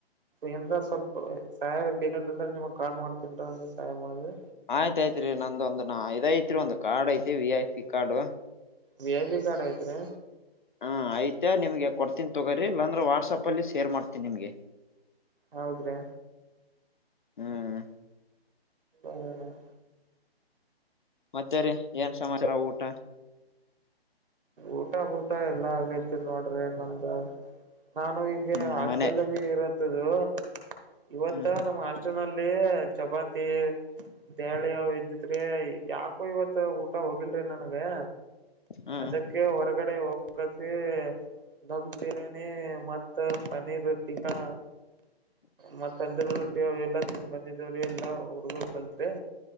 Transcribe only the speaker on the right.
ಏನ್ರ ಸ್ವಲ್ಪ ಸಹಾಯ ಬೇಕಾದಂದ್ರೆ ನಿಮಗ್ ಕಾಲ್ ಮಾಡ್ತನ್ರ ನೀ ಸಹಾಯ ಮಾಡ್ರಿ.
V I P card ಐತ್ರಿ?
ಹೌದ್ರಿ.
ಅದ <unintelligible>
ಊಟ ಗೂಟ ಎಲ್ಲಾ ಆಗೈತಿ. ನೋಡ್ರೀ ನಮ್ದು ನಾನು ಈಗ
ಹಾಸ್ಟೇಲ್ಲಗಿ
ಇರತ್ತದು. ಇವತ್ತು
ನಮ್ಮ್ ಹಾಸ್ಟೇನಲ್ಲಿ ಚಪಾತಿ. ಬ್ಯಾಳಿ ಯಾವ್ ಇದ್ದತ್ರಿ ಯಾಕೊ ಇವತ್ ಊಟ ಹೋಗಿಲ್ರಿ ನನ್ಗೆ.
ಅದಕ್ಕೆ ಹೊರ್ಗಡೆ ಒಪ್ಕತಿ ಧಮ್ ಬಿರ್ಯಾನಿ ಮತ್ತು ಪನೀರ್ಟಿಕಾ. ಮತ್ತ ತಂದೂರ್ ರೊಟ್ಟಿ ಎಲ್ಲಾ ತಿನ್ ಬಂದಿದವ್ರಿ ಎಲ್ಲಾ ಹುಡ್ಗ ಕಲ್ತೇ.